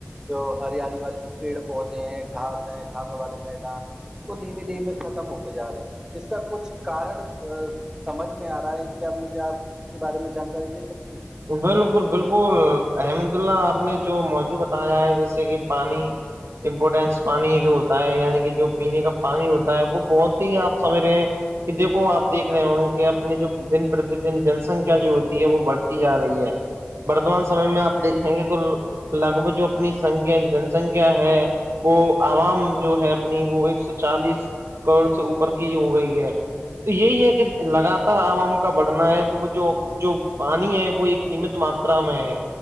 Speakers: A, on the right (about 15°); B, on the right (about 75°).
A: جو ہریالی والی پیڑ پودے ہیں گھاس ہے گھاسوں والے میدان ہیں دھیمے دھیمے ختم ہوتے جا رہے ہیں اس کا کچھ کارن سمجھ میں آ رہا ہے کیا مجھے آپ اس کے بارے میں جانکاری دے سکتے ہو
B: بالکل بالکل احمد اللہ آپ نے جو موضوع بتایا ہے جیسے کہ پانی امپورٹینس پانی جو ہوتا ہے یعنی کہ جو پینے کا پانی ہوتا ہے وہ بہت ہی آپ سمجھ رہے ہیں کہ دیکو آپ دیکھ رہے کہ اپنے جو دن پرتی دن جنسنکھیا جو ہوتی ہے وہ بڑھتی جا رہی ہے ورتمان سمے میں آپ
A: جی
B: دیکھیں
A: جی
B: گے تو لگ بھگ جو اپنی سنکھیا جن سنکھیا ہے وہ عوام جو ہے اپنی وہ ایک سو چالیس کروڑ سے اوپر کی ہو گئی ہے تو یہی ہے کہ
A: جی
B: لگاتار عوام کا بڑھنا ہے تو وہ جو جو پانی ہے وہ ایک سیمت ماترا میں ہے